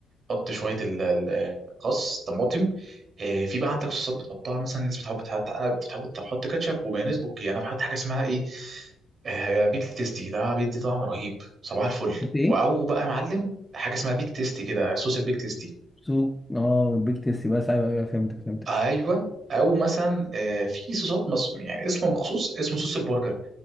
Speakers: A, on the right (about 40°); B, in the centre.
A: حط شويه ال- ال- الخس طماطم آه، في بقى عندك صوصات بتحطها مثلا الناس بتحب تحط انا بتحب تحط كاتشب ومايونيز اوكي انا بحط حاجه اسمها ايه آه، بيك تيستي ده بيدي طعم رهيب صباح الفل
B: قلت ايه
A: او بقى يا معلم حاجه اسمها بيك تيستي كده صوص البيك تيستي
B: سوق اه البيك تيستي بس ايوه ايوه فهمتك فهمتك
A: ايوه او مثلا آه، في صوصات مص... يعني اسمه مخصوص اسمه صوص البرجر